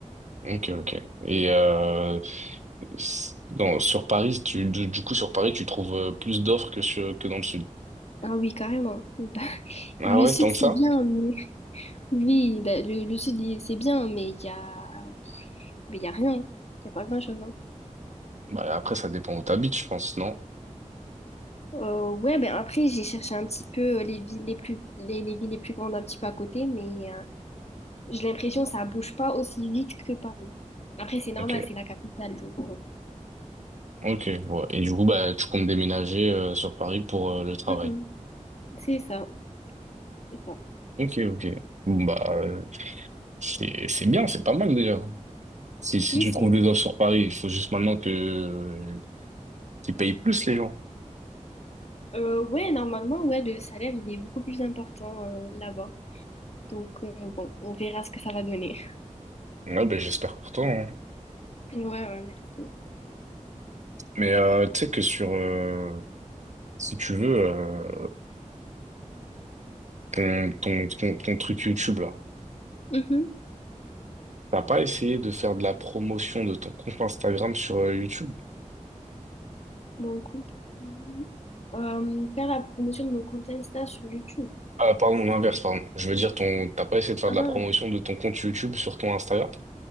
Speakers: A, on the right; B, on the left.
A: ok, ok. Et euh, s- dans, sur Paris, tu, du, du coup, sur Paris, tu trouves euh, plus d'offres que, sur, que dans le sud.
B: Ah oui, carrément. <laughs> Bah,
A: Ah
B: Le
A: ouais,
B: sud,
A: tant
B: c'est
A: que ça?
B: bien, mais... Oui, bah, le, le sud, il- c'est bien, mais il y a... mais il y a rien. Il y a pas grand-chose, hein.
A: Bah, après, ça dépend où t'habites, je pense, non?
B: Euh, ouais, ben après, j'ai cherché un petit peu euh, les villes les plus... les, les villes les plus grandes un petit peu à côté, mais euh, j'ai l'impression que ça bouge pas aussi vite que Paris. Après, c'est normal,
A: Ok,
B: c'est la capitale, donc... bon.
A: ok. ouais. Et du coup, bah, tu comptes déménager euh, sur Paris pour euh, le travail.
B: Mhm. C'est ça, c'est ça.
A: Ok, ok. Bah, euh, c'est, c'est bien, c'est pas mal déjà. Si, si
B: Oui,
A: tu
B: c'est...
A: trouves des offres sur Paris, il faut juste maintenant que euh, qu'ils payent plus les gens.
B: Euh, ouais, normalement, ouais, le salaire, il est beaucoup plus important euh, là-bas. Donc, euh, bon, on verra ce que ça va donner. <laughs>
A: Ouais, ben j'espère pour toi. hein.
B: Ouais, ouais, merci.
A: Mais euh, tu sais que sur, euh, si tu veux. euh, ton, ton, ton, ton truc YouTube là.
B: Mhm.
A: T'as pas essayé de faire de la promotion de ton compte Instagram sur euh, YouTube?
B: Mon compte. Insta. Euh, faire la promotion de mon compte Insta sur YouTube.
A: Ah, pardon, l'inverse, pardon. Je veux dire, ton, t'as pas essayé de faire
B: Ah,
A: de la promotion de ton compte YouTube sur ton Instagram?